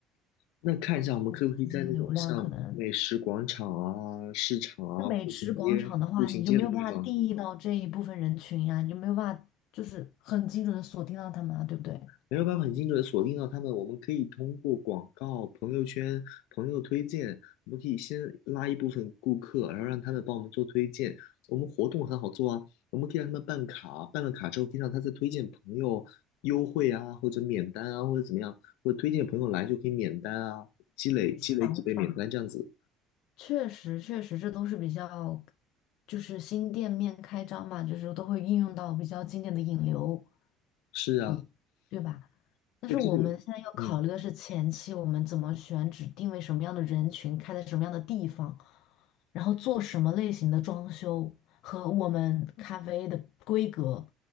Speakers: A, on the left; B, on the left.
A: 那看一下，我们可不可以在那种像美食广场啊、
B: 资金流量可能
A: 市场啊、
B: 那美食广场的话，
A: 步行街、步行街的地方，
B: 你就没有办法定义到这一部分人群呀、你就没有办法就是很精准的锁定到他们啊，对不对？
A: 没有办法很精准的锁定到他们？我们可以通过广告、朋友圈、朋友推荐，我们可以先拉一部分顾客，然后让他们帮我们做推荐。我们活动很好做啊，我们可以让他们办卡，办了卡之后可以让他再推荐朋友优惠啊，或者免单啊，或者怎么样，或者推荐朋友来就可以免单啊，积累积累几倍免单这样子。
B: 想法。确实，确实，这都是比较，就是新店面开张嘛，就是都会应用到比较经典的引流，
A: 是啊，
B: 引，对吧？但是我们现在要考虑的是前期我们怎么选址，
A: 对，这里嗯。
B: 定位什么样的人群，开在什么样的地方，然后做什么类型的装修，和我们咖啡的规格